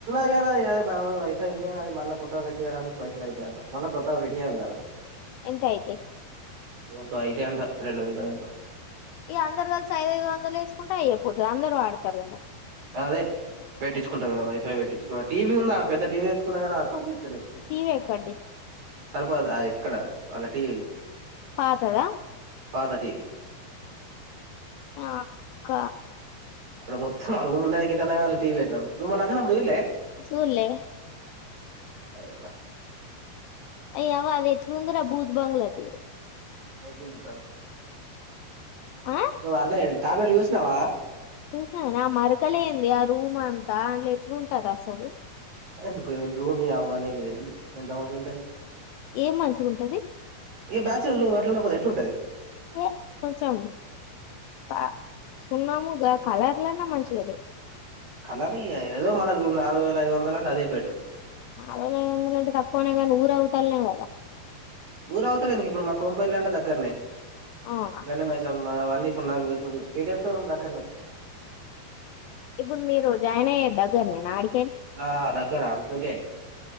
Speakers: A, on the right (about 65°); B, on the left (about 85°).
A: పేద బావది కాదే వైఫై ఉంది అని అది మళ్ళ కొత్తగా పెట్టియడానికి పైసల్ అయితాయి అంటా మళ్ళ కొత్తగా పెటియాలి కదా
B: ఎంత అయితాయి
A: రోంతా అయితాయి అంటా రెండు వేలు ఎంతో
B: ఈక అందరు కలిసి ఐదుఐదు వందలు వేసుకుంటే అయ్యయిపోతుంది అందరు వాడతారు కదా
A: అదే పెట్టించుకుంటారు కదా వైఫై పెట్టించు టీవీ ఉంద అడ పెద్ద టీవీ తెచ్చుకున్నా అది పంచేయదు
B: టివి ఎక్కడిది
A: సరిపోదు ఎక్కడా అలా టీవి
B: పాతదా
A: పాత టీవి
B: ఆ అక్క
A: ఆడ మో త్ మా రూమ్ ఉన్న దగ్గర గానే టీవీ పెట్టినం నువ్వు మొన్న వచ్చినపుడు చూడలే
B: సడల్
A: అవునా
B: అయవ్వ అది ఎట్లు ఉందరా భూత బంగల తీరు
A: <unintelligible>
B: ఆ
A: బ్రో అదే ట్యాబ్లెట్ చూసినావా
B: చూసాని ఆ మరకలేంది ఆ రూమ్ అంతా ఎట్లుంటారు అసలు
A: ఎందుకు ఎన్ని రోజులు అవ్లేగేంది ఎంతమందికి ఉంటది
B: ఏం మంచిగా ఉంటది
A: ఇక బ్యాచులర్ రూమ్ అట్లా ఉండకపోతే ఎట్లుంటది
B: ఏ కొంచం ఆ సున్నాముగా కలర్లన్న మంచిగా లేవ
A: కలర్ ఇగా ఆ ఏదో మనకు నాలుగు వేల ఐదు వందలు అంటే అదే బెటర్
B: నాలుగు వేల ఐదు వందలు అంటే తక్కువనే కానీ ఊరు అవతలనే కదా
A: ఊరు అవతలా ఎందుకు ఇప్పుడు మా కోంపల్లి అంటే దగ్గరనే
B: అవునా
A: గండి మైసమ్మ అవన్నీ ఇప్పుడు నాకు వయిపు కేటీఎం షోరూమ్ దగ్గరనే
B: ఇప్పుడు మీరు జాయిన్ అయ్యే దగ్గర నేనా ఆడి
A: ఆ దగ్గర అందుకే